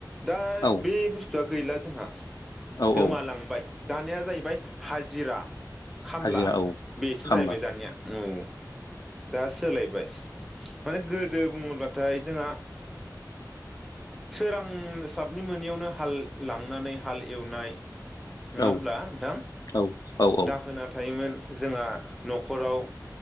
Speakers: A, in the centre; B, on the left.
A: दा
B: औ
A: बे बुस्थुआ गैला जोंहा ।
B: औ
A: गोमालांबाय
B: औ
A: । दानिया जाहैबाय हाजिरा खामला
B: हाजिरा औ
A: बेसो
B: खामला
A: जाहैबाय दानिया औ दा सोलायबाय माने गोदो बुङोब्लाथाय जोंहा सोरांस्लाबनि मोनियावनो हाल लांनानै हाल एवनाय । नङा
B: औ
A: होमब्ला नोंथां
B: औ औ औ
A: दाहोना थायोमोन जोंहा न'खराव